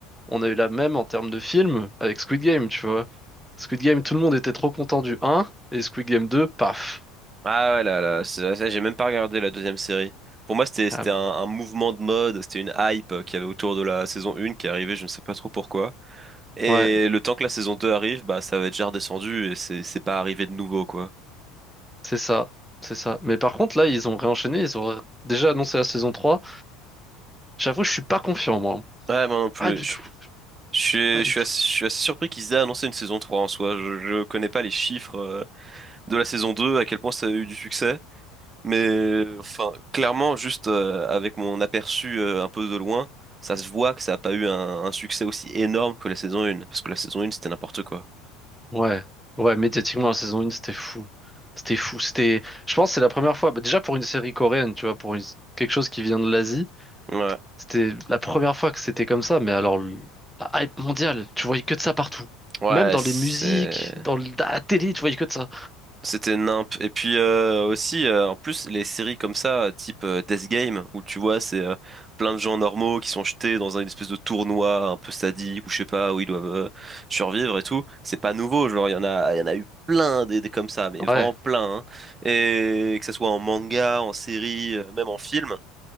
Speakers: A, in the centre; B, on the right.
A: on a eu la même en termes de film avec Squid Game, tu vois. Squid Game, tout le monde était trop content du un et Squid Game 2 paf.
B: Ah ouais, là, là, c'est- ça, j'ai même pas regardé la deuxième série. Pour moi, c'était,
A: Ah,
B: c'était un, un mouvement de mode, c'était une hype euh, qu'il y avait autour de la saison 1 qui arrivait, je ne sais pas trop pourquoi. Et
A: ouais,
B: le temps que la saison 2 arrive, bah, ça va être déjà redescendu et c'est, c'est pas arrivé de nouveau, quoi.
A: c'est ça, c'est ça. Mais par contre, là, ils ont réenchaîné, ils ont déjà annoncé la saison trois J'avoue, je suis pas confiant, moi.
B: Ouais, moi non plus.
A: Pas du
B: Je,
A: tout,
B: je suis,
A: pas du
B: je suis
A: tout.
B: assez, je suis assez surpris qu'ils aient annoncé une saison 3 en soi. Je, je connais pas les chiffres euh, de la saison 2, à quel point ça a eu du succès. Mais enfin, clairement, juste euh, avec mon aperçu euh, un peu de loin, ça se voit que ça n'a pas eu un, un succès aussi énorme que la saison 1, parce que la saison 1, c'était n'importe quoi.
A: Ouais, ouais, médiatiquement, la saison 1, c'était fou. C'était fou. C'était, je pense, que c'est la première fois, bah, déjà pour une série coréenne, tu vois, pour une- quelque chose qui vient de l'Asie,
B: Ouais,
A: c'était la première fois que c'était comme ça, mais alors, le- la hype mondiale, tu voyais que de ça partout.
B: ouais,
A: Même dans
B: c'est...
A: les musiques, dans le- dans la télé, tu voyais que de ça.
B: C'était nimp. Et puis euh, aussi, euh, en plus, les séries comme ça, euh, type euh, Death Game, où tu vois, c'est euh, plein de gens normaux qui sont jetés dans un- une espèce de tournoi un peu sadique, ou je sais pas, où ils doivent euh, survivre et tout. C'est pas nouveau, genre, il y en a, il y en a eu plein des, des comme ça, mais vraiment
A: Ouais,
B: plein. hein. Et que ce soit en manga, en série, euh, même en film.